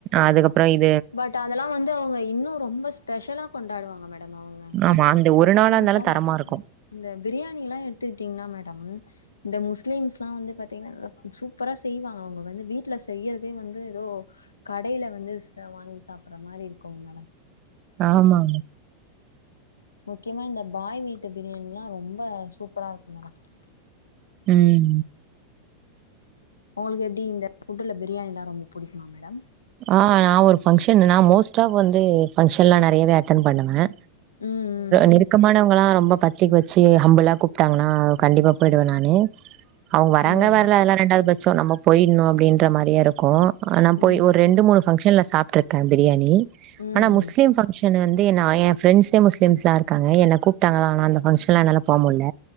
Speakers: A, on the right; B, on the left.
A: அதுக்கப்றோ இப்
B: பட் அதெல்லா வந்து அவுங்க இன்னு ரொம்ப ஸ்பெஷலா கொண்டாடுவாங்க மேடம் அவுங்க
A: ஆமா அந்த ஒரு நாளா
B: கேள்ஸ்ல்லா
A: இருந்தாலும் தரமா
B: பாத்திங்ன்னா
A: இருக்கும்.
B: இந்த பிரியாணி எல்லா எடுத்துக்கிட்டீங்ன்னா மேடம் இந்த முஸ்லிம்ஸ்ல்லா வந்து பாத்திங்ன்னா நல்லா சூப்பரா செய்வாங்க அவுங்க வந்து வீட்ல செய்றதே வந்து ஏதோ கடையில வந்து வாங்கி சாப்புட்ற மாதிரி இருக்குங் மேடம்
A: ஆமா
B: முக்கியமா இந்த பாய் வீட்டு பிரியாணில்லா ரொம்ப சூப்பரா இருக்கு மேடம்
A: ம்
B: உங்ளுக்கு எப்டி இந்த ஃபுட்டுல பிரியாணில்லா ரொம்ப புடிக்குமா மேடம்
A: ஆ நா ஒரு ஃபங்க்ஷன் நா மோஸ்ட் ஆஃப் வந்து ஃபங்கஷன் எல்லா நறையவே அட்டன் பண்ணுவே
B: ம்
A: நெருக்கமானவங்கள ரொம்ப பத் பத்திரிக வச்சு ஹம்புளா கூப்ட்டாங்கன்னா கண்டிப்பா பொய்டுவே நானு அவுங்க வராங்க
B: ம்
A: வரல அதெல்லா ரெண்டாவது பட்சோ நம்ம பொயிட்ணு அப்டின்ற மாரியை இருக்கு ஆனா
B: ம்
A: போய்
B: ம்
A: ஒரு ரெண்டு மூணு பங்க்ஷன்ல சாப்ட்டுருக்கே பிரியாணி
B: ம்
A: ஆனா முஸ்லீம் ஃபங்க்ஷன் வந்து எ ஃப்ரெண்டஸ்ஸே முஸ்லீஸ்ல்லா இருக்காங்க என்ன கூப்ட்டாங்கதான் ஆன அந்த ஃபங்க்ஷன்லா என்னால போக முடில